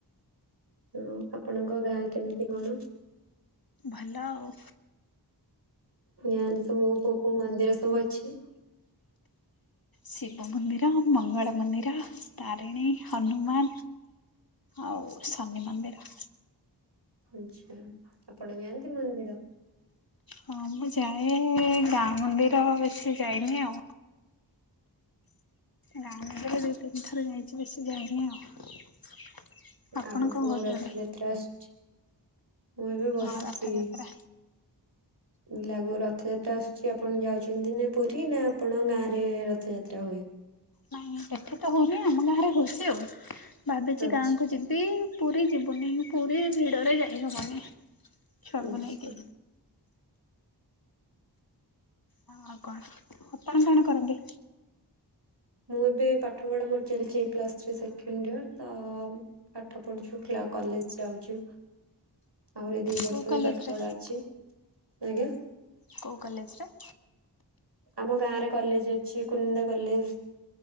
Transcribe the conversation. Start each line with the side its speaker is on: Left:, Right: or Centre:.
Right: ହ ଆପଣଙ୍କ ଗାଁ କେମିତି କଣ?
Left: ଭଲ ଆଉ।
Right: ଗାଁ ରେ ସବୁ କୋଉ କୋଉ ମନ୍ଦିର ସବୁ ଅଛି?
Left: ଶିବ ମନ୍ଦିର ମଙ୍ଗଳ ମନ୍ଦିର ତାରିଣୀ ହନୁମାନ। ଆଉ ଶନି ମନ୍ଦିର।
Right: ଆଛା ଆପଣ ଯାଆନ୍ତି ମନ୍ଦିର?
Left: ହଁ ମୁଁ ଯାଏ ଗାଁ ମନ୍ଦିର ବେଶୀ ଯାଇନି ଆଉ। ଗାଁ ନଗରେ ଦୁଇ ତିନିଥର ଯାଇଛି ବେଶୀ ଯାଇନି ଆଉ। ଆପଣ
Right: ଆଗକୁ
Left: କଣ କରୁଛନ୍ତି?
Right: ରଥଯାତ୍ରା ଆସୁଛି। ମୁଁ ଏବେ ବସିଛି।
Left: ହଁ ରଥଯାତ୍ରା
Right: ଆଗକୁ ରଥଯାତ୍ରା ଆସୁଛି ଆପଣ ଯାଉଛନ୍ତି ନା ପୁରୀ ନା ଆପଣ ଗାଁ ରେ ରଥଯାତ୍ରା ହୁଏ।
Left: ନାଇଁ ଏଠି ତ ହଉନି ଆମ ଗାଁରେ ହଉଛି ଆଉ ଭାବିଛି
Right: ଆଚ୍ଛା
Left: ଗାଁ କୁ ଯିବି। ପୁରୀ ଜୀବୁନି ପୁରୀ ଭିଡରେ ଯାଇ ହବନି ଛୁଆଙ୍କୁ
Right: ଆଚ୍ଛା।
Left: ନେଇକି। ହ ଆଉ କଣ ଆପଣ କଣ କରନ୍ତି?
Right: ମୁଁ ଏବେ ପାଠ ପଢ଼ା ମୋରି ଚାଲିଛି ପ୍ଲସ୍ ଥ୍ରୀ ସେକେଣ୍ଡ ଇୟର ତ ପାଠ ପଢୁଛୁ କଲେଜ ଯାଉଛୁ। ଆହୁରି ଦି ବର୍ଷ
Left: କୋଉ କଲେଜରେ
Right: ବି ପାଠପଢ଼ା ଅଛି ଆଜ୍ଞା।
Left: କୋଉ କଲେଜରେ?
Right: ଆମ ଗାଁରେ କଲେଜ ଅଛି କୁନିନ୍ଦା କଲେଜ।